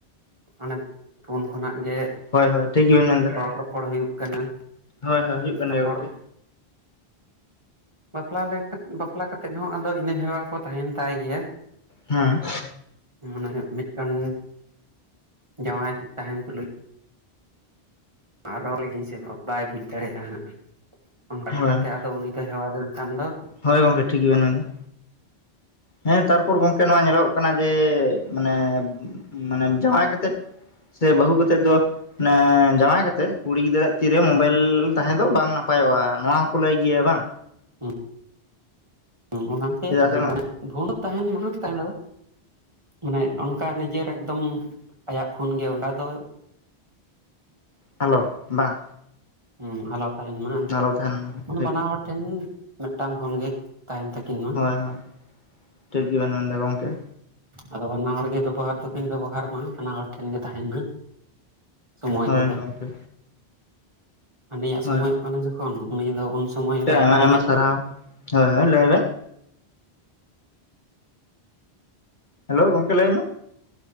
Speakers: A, on the right; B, on the left.
A: ᱚᱱᱮ ᱯᱷᱩᱱ ᱠᱷᱚᱱᱟᱜ ᱜᱮ᱾
B: ᱦᱳᱭ ᱦᱳᱭ ᱴᱷᱤᱠ ᱜᱮᱵᱮᱱ ᱢᱮᱱ ᱮᱫᱟ᱾
A: ᱨᱚᱲ ᱨᱚᱯᱚᱲ ᱦᱩᱭᱩᱜ ᱠᱟᱱᱟ᱾
B: ᱦᱳᱭ ᱦᱳᱭ ᱦᱩᱭᱩᱜ ᱠᱟᱱ
A: ᱛᱟᱯᱚᱨ
B: ᱜᱮᱭᱟ ᱜᱚᱢᱠᱮ᱾
A: ᱵᱟᱯᱞᱟ ᱞᱮᱱ ᱠᱟ ᱵᱟᱯᱞᱟ ᱠᱟᱛᱮᱫ ᱦᱚᱸ ᱟᱫᱚ ᱤᱱᱟᱹ ᱦᱮᱣᱟ ᱠᱚ ᱛᱟᱦᱮᱱ ᱛᱟᱭ ᱜᱮᱭᱟ᱾
B: ᱦᱮᱸ
A: ᱢᱟᱱᱮ ᱦᱩᱭᱩᱜ ᱢᱤᱫᱴᱟᱝ ᱡᱟᱶᱟᱭ ᱛᱟᱦᱮᱱ ᱛᱩᱞᱩᱡ ᱟᱨᱚ ᱞᱮᱸᱜᱮᱧ ᱥᱮ ᱵᱷᱚᱸ ᱵᱟᱭ ᱵᱩᱡᱽ ᱫᱟᱲᱮᱭᱟᱜᱼᱟ ᱦᱟᱸᱜ ᱚᱱᱠᱟ
B: ᱦᱳᱭ
A: ᱞᱮᱠᱟᱛᱮᱫᱚ ᱩᱱᱤ ᱦᱮᱣᱟ ᱞᱮᱱᱠᱷᱟᱱ ᱫᱚ
B: ᱦᱳᱭ ᱜᱚᱝᱠᱮ ᱴᱷᱤᱠ ᱜᱮᱵᱮᱱ ᱢᱮᱱ ᱮᱫᱟ᱾ ᱦᱮᱸ ᱛᱟᱨᱯᱚᱨ ᱜᱚᱝᱠᱮ ᱱᱚᱣᱟ ᱧᱮᱞᱚᱜ ᱠᱟᱱᱟ ᱡᱮ ᱢᱟᱱᱮ ᱢᱟᱱᱮ ᱡᱟᱶᱟᱭ ᱠᱟᱛᱮᱜ ᱥᱮ ᱵᱟᱹᱦᱩ ᱠᱟᱛᱮᱜ ᱫᱚ ᱢᱟᱱᱮ ᱡᱟᱶᱟᱭ ᱠᱟᱛᱮᱜ ᱠᱩᱲᱤ ᱜᱤᱫᱽᱨᱟᱹ ᱛᱤᱨᱮ ᱢᱳᱵᱟᱭᱤᱞ ᱛᱟᱦᱮᱸ ᱫᱚ ᱵᱟᱝ ᱱᱟᱯᱟᱭᱚᱜᱼᱟ᱾ ᱱᱚᱣᱟ ᱦᱚᱸᱠᱚ ᱞᱟᱹᱭ ᱜᱮᱭᱟ ᱵᱟᱝ?
A: ᱦᱩᱸ ᱦᱩᱸ ᱚᱱᱟᱛᱮ
B: ᱪᱮᱫᱟᱜ
A: ᱠᱷᱟᱞᱤ
B: ᱥᱮ
A: ᱫᱚ ᱦᱟᱸᱜ ᱯᱷᱩᱱ ᱫᱚ ᱛᱟᱦᱮᱱ ᱢᱟ ᱛᱟᱦᱮᱱ ᱫᱚ ᱢᱟᱱᱮ ᱚᱱᱠᱟ ᱱᱤᱡᱮᱨ ᱮᱠᱫᱚᱢ ᱟᱭᱟᱜ ᱯᱷᱳᱱ ᱜᱮ ᱚᱱᱟᱸ ᱫᱚ
B: ᱦᱮᱞᱳ ᱵᱟᱝ
A: ᱦᱮᱸ ᱟᱞᱚ ᱛᱟᱦᱮᱱ ᱢᱟ ᱮᱱᱛᱮᱜ
B: ᱟᱞᱚ ᱛᱟᱦᱮᱱ ᱢᱟ
A: ᱢᱟᱱᱮ
B: ᱴᱷᱤᱠ
A: ᱵᱟᱱᱟ ᱦᱚᱲ ᱴᱷᱮᱱ ᱢᱤᱫᱴᱟᱝ ᱯᱷᱳᱱ ᱜᱮ ᱛᱟᱦᱮᱱ ᱛᱟᱹᱠᱤᱱ ᱢᱟ᱾
B: ᱦᱳᱭ ᱦᱳᱭ ᱴᱷᱤᱠ ᱜᱮᱵᱮᱱ ᱢᱮᱱᱫᱟ ᱜᱚᱢᱠᱮ᱾
A: ᱟᱫᱚ ᱵᱟᱱᱟ ᱦᱚᱲ ᱜᱮ ᱵᱮᱵᱚᱦᱟᱨ ᱫᱚᱠᱤᱱ ᱵᱮᱵᱚᱦᱟᱨ ᱢᱟ ᱵᱟᱱᱟ ᱦᱚᱲ ᱴᱷᱮᱱ ᱜᱮ ᱛᱟᱦᱮᱱ ᱢᱟ᱾ ᱥᱚᱢᱚᱭ
B: ᱦᱳᱭ
A: ᱨᱮᱫᱚ
B: ᱜᱚᱝᱠᱮ
A: ᱩᱦᱟᱹᱱᱤᱭᱟᱜ
B: ᱦᱳᱭ
A: ᱥᱳᱢᱚᱭᱚᱜ ᱠᱟᱱᱟ ᱡᱚᱠᱷᱚᱱ ᱩᱱ ᱥᱚᱢᱚᱭ
B: ᱜᱚᱝᱠᱮ
A: ᱨᱮ
B: ᱟᱭᱢᱟ
A: ᱟᱹᱱᱤᱭᱟᱜ
B: ᱟᱭᱢᱟ ᱥᱟᱨᱦᱟᱣ ᱦᱳᱭ ᱦᱳᱭ ᱞᱟᱹᱭ ᱵᱮᱱ ᱦᱮᱞᱳ ᱜᱚᱢᱠᱮ ᱞᱟᱹᱭ ᱢᱮ᱾